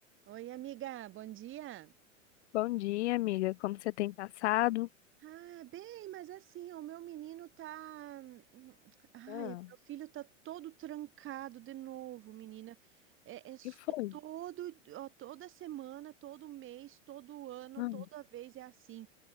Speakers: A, on the right (about 30°); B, on the left (about 60°).
A: Oi, amiga, bom dia.
B: Bom dia, amiga. Como você tem passado?
A: Ah, bem, mas é assim, o meu menino tá. hum, Ai,
B: Ah,
A: o meu filho tá todo trancado de novo, menina. É, é, s-
B: que foi?
A: é todo, ó, toda semana, todo mês, todo ano,
B: Ah,
A: toda vez é assim.